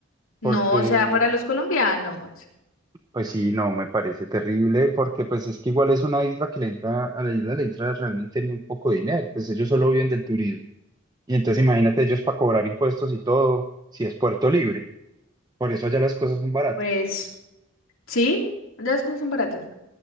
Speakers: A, on the left; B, on the right.
A: no,
B: porque
A: o sea, para los colombianos,
B: Pues sí, no, me parece terrible porque pues es que igual es una isla que le entra, a la isla le entra realmente muy poco dinero, pues ellos solo viven del turismo. Y entonces imagínate ellos para cobrar impuestos y todo, si es Puerto Libre, por eso allá las cosas son baratas.
A: pues sí, las cosas son baratas.